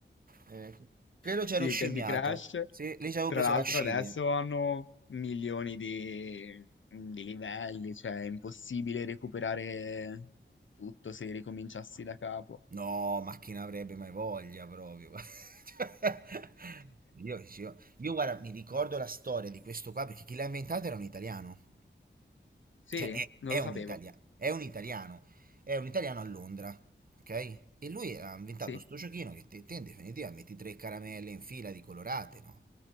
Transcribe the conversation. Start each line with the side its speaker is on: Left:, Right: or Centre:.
Right: eh, quello c'ero
Left: Sì,
Right: scimmiato.
Left: Candy Crush.
Right: Sì, lì ci avevo
Left: Tra
Right: preso
Left: l'altro
Right: la scimmia.
Left: adesso hanno milioni di, di livelli, cioè è impossibile recuperare tutto se ricominciassi da capo.
Right: No, ma chi ne avrebbe mai voglia proprio? <laughs> Cioè, Io, dicevo- io, guarda, mi ricordo la storia di questo qua perché chi l'ha inventato era un italiano.
Left: Sì,
Right: Cioè, è,
Left: non
Right: è
Left: lo
Right: un
Left: sapevo.
Right: italiano, è un italiano, è un italiano a Londra, ok? E lui ha inventato
Left: Sì,
Right: sto giochino che te, te in definitiva metti tre caramelle in fila di colorate, no?